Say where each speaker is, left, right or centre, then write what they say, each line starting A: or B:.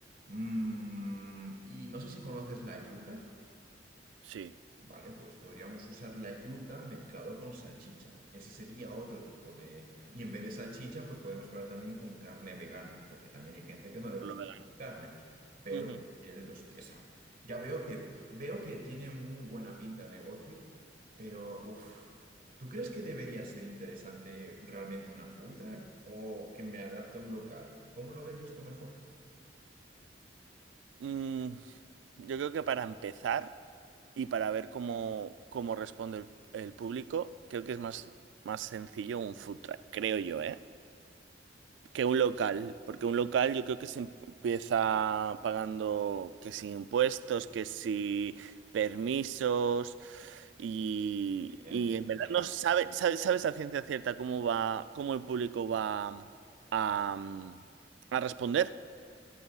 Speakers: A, on the right; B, on the right.
A: mm, y no sé si conoces la yuca.
B: sí,
A: Vale, pues podríamos usar la yuca mezclado con salchicha. Ese sería otro tipo de... Y en vez de salchicha, pues podemos probar también con carne vegana, porque también hay gente que no le gusta
B: por lo menos.
A: comer carne, pero
B: Ujú.
A: prefiere los... o ya veo que, veo que tiene muy buena pinta el negocio, pero uff, ¿tú crees que debería ser interesante realmente una food truck o que me adapte a un local? ¿Cómo lo verías tú mejor?
B: Mm, yo creo que para empezar y para ver cómo, cómo responde el, el público, creo que es más, más sencillo un food truck, creo yo, ¿eh?
A: Sí,
B: que un local, porque un local yo creo que se empieza pagando que si impuestos, que si permisos y,
A: licencias
B: y en verdad
A: también.
B: no sabe, sabe- sabes a ciencia cierta cómo va, cómo el público va a, a responder.